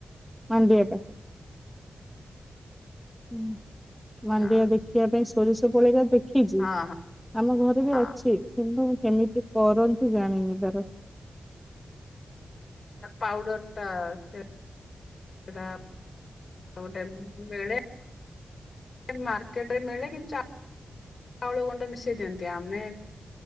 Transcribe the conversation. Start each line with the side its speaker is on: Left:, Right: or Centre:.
Centre: ମାଣ୍ଡିଆଟା। ଉଁ ମାଣ୍ଡିଆ
Left: ହଁ
Centre: ଦେଖିବା ପାଇଁ ସୋରିଷ ପରିକା ଦେଖିଚି।
Left: ହଁ ହଁ।
Centre: ଆମ ଘରେ ବି
Left: ହଁ
Centre: ଅଛି। କିନ୍ତୁ, କେମିତି କରନ୍ତି ଜାଣିନି ତାର?
Left: ପାଉଡର ଟା ସେ ସେଟା ଆଉ ଗୋଟେ ମିଳେ। ମାର୍କେଟରେ ମିଳେ। କିନ୍ ଚା ଚାଉଳ ଗୁଣ୍ଡ ମିଶେଇ ଦିଅନ୍ତି। ଆମେ